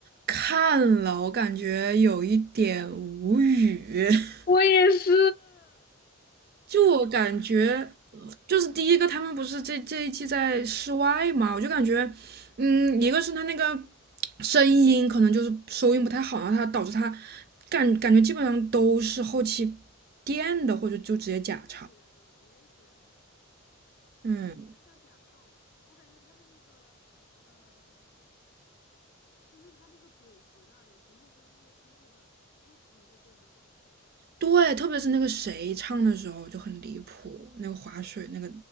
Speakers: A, on the right; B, on the left.
A: 看了，我感觉有一点无语。<laughs>
B: 我也是。
A: 就我感觉，就是第一个，他们不是这这一季在室外嘛，我就感觉，嗯，一个是他那个声音可能就是收音不太好，然后他导致他感感觉基本上都是后期垫的，或者就直接假唱。嗯，对，特别是那个谁唱的时候就很离谱，那个划水那个